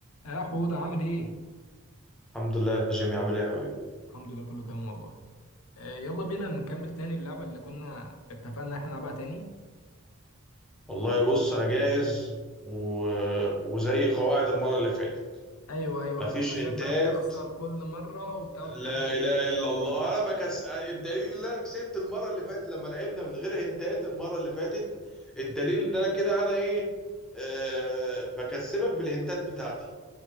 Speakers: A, on the left (about 80°); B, in the centre.
A: يا حوده عامل ايه
B: الحمد لله يا جيمي عامل ايه يا حبيبي
A: الحمد لله كله تمام والله آه يلا بينا نكمل تاني اللعبه اللي كنا اتفقنا ان احنا نلعبها تاني
B: والله بص انا جاهز و... وزي قواعد المره اللي فاتت
A: ايوه ايوه
B: مفيش
A: انت عشان
B: هنتات
A: بقى بتخسر كل مره وتقعد
B: لا
A: تعمل لي
B: اله
A: بقى
B: الا
A: كلمه
B: الله
A: تاني
B: انا بكس... الدليل ان انا كسبت المره اللي فاتت لما لعبنا من غير هنتات المره اللي فاتت الدليل ان انا كده انا ايه أه... بكسبك بالهنتات بتاعتي